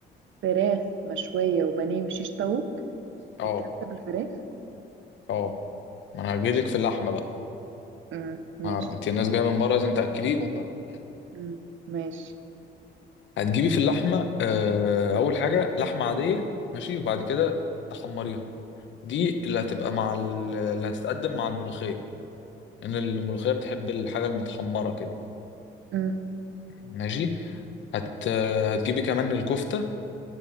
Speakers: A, on the right; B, on the left.
A: فراخ مشويه وبانيه وشيش طاووق
B: اه
A: التلاته بالفراخ
B: اه ما انا هجيلك في اللحمه بقى
A: امم ماشي
B: ما انت الناس جايه من بره لازم تاكليهم بقى
A: امم ماشي
B: هتجيبي في اللحمه آه، اول حاجه لحمه عاديه ماشي وبعد كده تحمريها دي اللي هتبقى مع ال- اللي هتتقدم مع الملوخيه لان الملوخيه بتحب الحاجه المتحمره كده
A: امم
B: ماشي هت آه، هتجيبي كمان الكفته